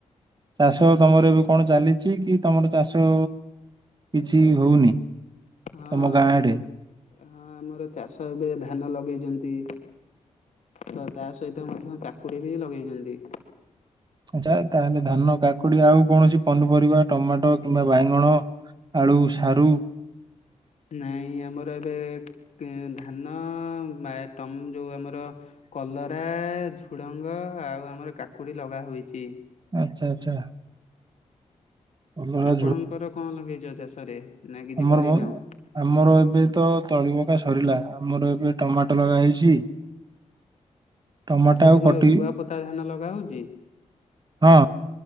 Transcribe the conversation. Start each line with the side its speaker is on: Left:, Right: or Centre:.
Right: ଚାଷ ତମର ଏବେ କଣ ଚାଲିଛି କି ତମର ଚାଷ? କିଛି ହଉନି।
Left: ହଁ
Right: ତମ ଗାଁ
Left: ଆମର
Right: ଆଡେ
Left: ହଁ ଆମର ଚାଷ ଏବେ ଧାନ ଲଗେଇଛନ୍ତି। ତ ତା ସହିତ ମଧ୍ୟ କାକୁଡି ବି ଲଗେଇଛନ୍ତି।
Right: ଆଚଛା ତାହେଲେ ଧାନ କାକୁଡି ଆଉ କୌଣସି ପନିପରିବା ଟମାଟୋ କିମ୍ବା ବାଇଗଣ। ଆଳୁ ସାରୁ।
Left: ନାଇଁ ଆମର ଏବେ ଧାନମ ଯୋଉ ଆମର। କଲରା ଝୁଡ଼ଙ୍ଗ ଆଉ ଆମର କାକୁଡ଼ି ଲଗା ହୋଇଚି।
Right: ଆଚ୍ଛା ଆଚ୍ଛା। କଲରା
Left: ଆପଣଙ୍କର କଣ ଲଗେଇଚ ଚାଷରେ? ନା କିଛି
Right: ଅମର
Left: କରିନାହୁଁ?
Right: <unintelligible> ଆମର ଏବେ ତ ତଳି ପକା ସରିଲା ଆମର ଏବେ ଟମାଟ ଲଗା ହେଇଛି। ଟମାଟୋ
Left: ତ
Right: ଆଉ
Left: ତମର
Right: କଟି
Left: ରୁଆ ପୋତା ଧାନ ଲଗା ହଉଚି।
Right: ହଁ